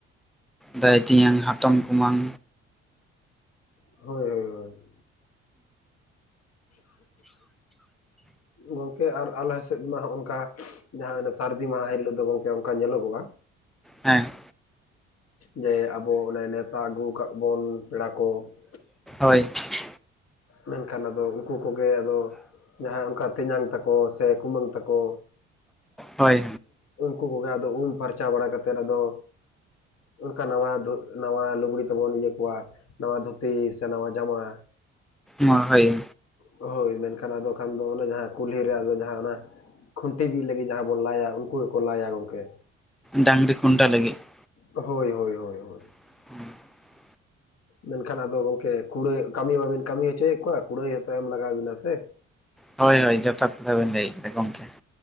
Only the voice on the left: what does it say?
ᱦᱳᱭ, ᱦᱳᱭ, ᱦᱳᱭ ᱾ ᱜᱚᱝᱠᱮ ᱟᱨ ᱟᱞᱮ ᱥᱮᱫ ᱢᱟ ᱦᱚᱜᱼᱚᱭ ᱚᱱᱠᱟ ᱡᱟᱦᱟᱸ ᱥᱟᱹᱨᱫᱤ ᱢᱟᱦᱟ ᱦᱤᱞᱳᱜ ᱫᱚ ᱜᱚᱢᱠᱮ ᱚᱱᱠᱟ ᱧᱮᱞᱚᱜᱚᱜᱼᱟ
ᱡᱮ ᱟᱵᱚ ᱚᱱᱮ ᱱᱮᱣᱛᱟ ᱟᱹᱜᱩ ᱟᱠᱟᱫ ᱵᱚᱱ ᱯᱮᱲᱟ ᱠᱚ ᱾
ᱢᱮᱱᱠᱷᱟᱱ ᱟᱫᱚ ᱩᱱᱠᱩ ᱠᱚᱜᱮ ᱟᱫᱚ ᱡᱟᱦᱟᱸᱭ ᱚᱱᱠᱟ ᱛᱮᱧᱟᱝ ᱛᱟᱠᱚ ᱥᱮ ᱠᱩᱢᱟᱹᱝ ᱛᱟᱠᱚ
ᱩᱱᱠᱩ ᱠᱚᱜᱮ ᱟᱫᱚ ᱩᱢ ᱯᱷᱟᱨᱪᱟ ᱵᱟᱲᱟ ᱠᱟᱛᱮᱫ ᱟᱫᱚ ᱚᱱᱠᱟ ᱱᱟᱣᱟ, ᱱᱟᱣᱟ ᱞᱩᱜᱽᱲᱤ ᱛᱮᱵᱚᱱ ᱤᱭᱟᱹ ᱠᱚᱣᱟ ᱾ ᱱᱟᱣᱟ ᱫᱷᱩᱛᱤ ᱥᱮ ᱱᱟᱣᱟ ᱡᱟᱢᱟ
ᱦᱳᱭ ᱢᱮᱱᱠᱷᱟᱱ ᱟᱫᱚ ᱠᱷᱟᱱ ᱫᱚ ᱚᱱᱮ ᱡᱟᱦᱟᱸ ᱠᱩᱞᱦᱤ ᱨᱮ ᱟᱫᱚ ᱡᱟᱦᱟᱸ ᱚᱱᱟ ᱠᱷᱩᱱᱴᱤ ᱵᱤᱫ ᱞᱟᱹᱜᱤᱫ ᱡᱟᱦᱟᱸ ᱵᱚᱱ ᱞᱟᱭᱟ ᱩᱱᱠᱩ ᱜᱮᱠᱚ ᱞᱟᱭᱟ ᱜᱚᱢᱠᱮ᱾
ᱦᱳᱭ, ᱦᱳᱭ, ᱦᱳᱭ ᱾
ᱢᱮᱱᱠᱷᱟᱱ ᱟᱫᱚ ᱜᱚᱝᱢᱠᱮ ᱠᱩᱲᱟᱹᱭ ᱠᱟᱹᱢᱤ ᱢᱟᱹᱵᱤᱱ ᱠᱟᱹᱢᱤ ᱦᱚᱪᱚᱭᱮᱫ ᱠᱚᱣᱟ, ᱠᱩᱲᱟᱹᱭ ᱦᱚᱸ ᱛᱚ ᱮᱢ ᱞᱟᱜᱟᱣ ᱵᱤᱱᱟ ᱥᱮ ᱾